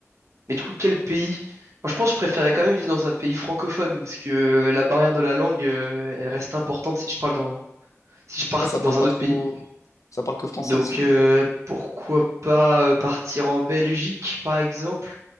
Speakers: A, on the right; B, on the left.
A: Mais du coup, quel pays? Moi, je pense que je préférais quand même vivre dans un pays francophone parce que la barrière de la langue, euh, elle reste importante si je parle dans, si je pars
B: Ouais, ça
A: dans
B: parle pas
A: un autre
B: trop,
A: pays.
B: ça parle que français
A: Donc,
B: ici.
A: euh, pourquoi pas euh, partir en Belgique, par exemple?